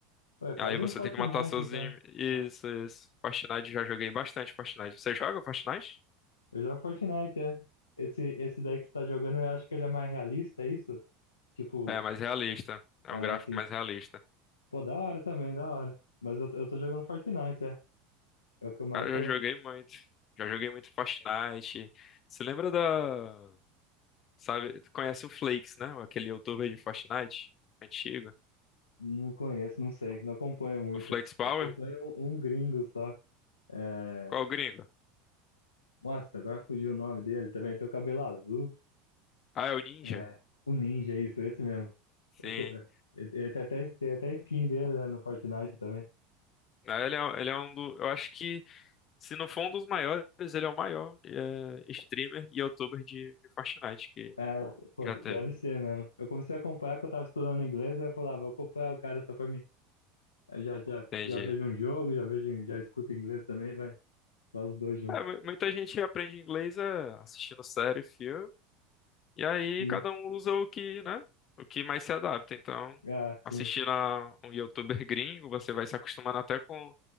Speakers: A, on the left; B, on the left.
A: pô, é quase
B: Aí você
A: um Fortnite,
B: tem que matar seus
A: então.
B: inimigos. Isso,
A: Ah,
B: isso. Fortnite, já joguei bastante Fortnite. Você joga Fortnite?
A: eu jogo Fortnite, é. Esse, esse daí que você tá jogando, eu acho que ele é mais realista, é isso? Tipo,
B: É, mais realista. É
A: ah,
B: um gráfico
A: assim,
B: mais realista.
A: pô, da hora também, da hora. Mas eu, eu tô jogando Fortnite, é. É o que eu mais
B: Cara, eu
A: tô,
B: já joguei muito. Já joguei muito Fortnite. Você lembra da... Sabe, tu conhece o Flakes, né? Aquele youtuber de Fortnite antigo.
A: Não conheço, não sei, não acompanho muito.
B: O Flex Power?
A: Acompanho um, um gringo só. É,
B: Qual o gringo?
A: Nossa, agora fugiu o nome dele também. Tem o cabelo azul.
B: Ah, é o Ninja?
A: É, o Ninja, isso, esse mesmo.
B: Sim.
A: Eu co- é, Ele ele tem até, tem até skin dele, né, no Fortnite também.
B: Ah, Ele é, ele é um do... Eu acho que... Se não for um dos maiores, ele é o maior é, streamer e youtuber de, de Fortnite que
A: É, pô,
B: já teve.
A: deve ser mesmo. Eu comecei a acompanhar que eu tava estudando inglês, aí eu falava, vou acompanhar o cara só pra mim. Aí já, já,
B: Entendi.
A: já vejo um jogo, já vejo, já escuto inglês também, vai, vai os dois juntos.
B: É, mu- muita gente aprende inglês é, assistindo série, filme, e aí
A: Sim,
B: cada um usa o que, né? O que mais se adapta. Então,
A: ah, sim,
B: assistindo a um youtuber gringo, você vai se acostumando até com